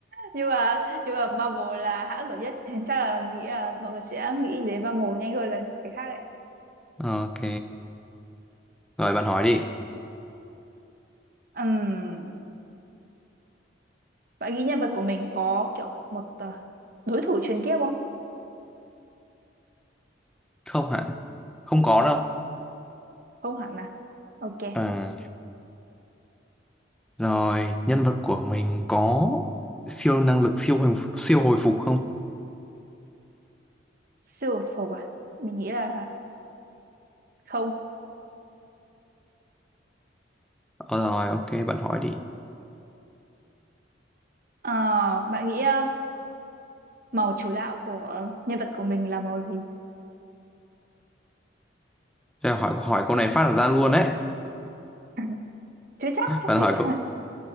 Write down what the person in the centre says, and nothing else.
Ok. Rồi bạn hỏi đi.
Không hẳn. Không có đâu.
À, rồi, nhân vật của mình có siêu năng lực siêu hồi, siêu hồi phục không?
Ờ, rồi, ok, bạn hỏi đi.
Thế là hỏi hỏi câu này phát là ra luôn đấy.
Bạn
hỏi
câu